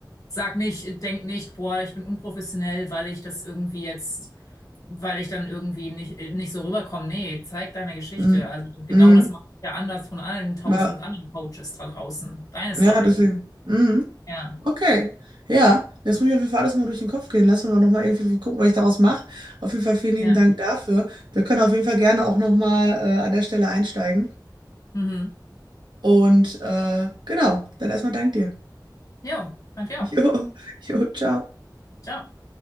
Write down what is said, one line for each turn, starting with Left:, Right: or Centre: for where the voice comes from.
Left: sag nicht, denk nicht, boah, ich bin unprofessionell, weil ich das irgendwie jetzt, weil ich dann irgendwie nicht, nicht so rüberkomme. Nee, zeig deine Geschichte.
Right: Mhm.
Left: Also genau
Right: Mhm.
Left: das macht dich ja anders von allen tausend
Right: Ja,
Left: anderen Coaches da draußen. Deine Story.
Right: ja, deswegen. Mhm.
Left: Ja.
Right: Okay. Ja, jetzt muss ich auf jeden Fall alles mal durch den Kopf gehen lassen und auch nochmal irgendwie so gucken, was ich daraus mache. Auf jeden Fall vielen
Left: Ja.
Right: lieben Dank dafür. Wir können auf jeden Fall gerne auch nochmal äh, an der Stelle einsteigen.
Left: Mhm.
Right: Und äh, genau, dann erstmal Dank dir. <laughs>
Left: Jo, danke
Right: Jo,
Left: auch.
Right: jo, ciao.
Left: Ciao.